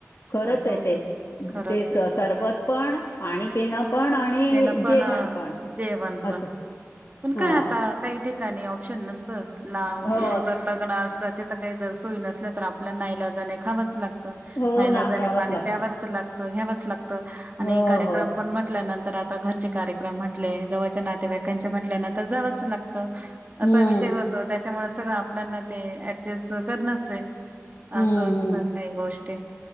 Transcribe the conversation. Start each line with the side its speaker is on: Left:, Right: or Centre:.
Left: खरंच
Right: असं
Left: हे
Right: होत
Left: ते.
Right: खरंच
Left: ते
Right: आहे
Left: स सरबत पण, पाणी पिणं पण आणि
Right: त्यान पण
Left: जेवण
Right: अ,
Left: पण,
Right: जेवण पण
Left: असं,
Right: पण
Left: हा
Right: काय आता, काही ठिकाणी ऑप्शन नसत लांब
Left: हो
Right: दूर जर लग्न असलं, तिथं काही जर सोय नसल्या तर आपल्याला नायलाजाणे खावंच लागत.
Left: हो
Right: नायलाजाणे
Left: ना घ्यावंच
Right: पाणी
Left: लागतं
Right: प्यावच लागत. घ्यावच लागत आणि
Left: हो
Right: कार्यक्रम
Left: हो
Right: पण म्हटल्यानंतर तर आता घरचे कार्यक्रम म्हटले, जवळच्या नातेवाईकांचे म्हटल्यानंतर जावच लागते. असा
Left: हम्म
Right: विषय होतो, त्याच्यामुळे सगळं आपल्यांना ते ऍडजस्ट करणच हे.
Left: हम्म
Right: अस असतं
Left: हम्म
Right: काही गोष्टी